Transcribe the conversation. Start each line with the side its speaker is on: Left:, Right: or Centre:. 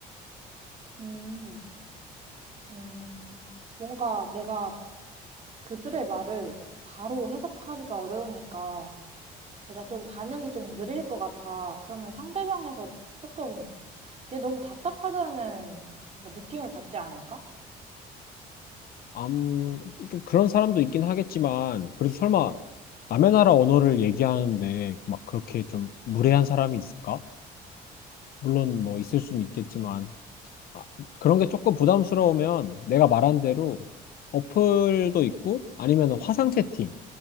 Right: 음, 음, 뭔가 내가 그들의 말을 바로 해석하기가 어려우니까 내가 좀 반응이 좀 느릴 것 같아. 그러면 상대방에서 조금 얘 너무 답답하다는 뭔가 느낌을 받지 않을까?
Left: 암, 좀 그런 사람도 있긴 하겠지만, 그래도 설마 남의 나라 언어를 얘기하는데 막 그렇게 좀 무례한 사람이 있을까? 물론 뭐 있을 수는 있겠지만, 아, 그런 게 조금 부담스러우면 내가 말한 대로 어플도 있고 아니면 화상 채팅,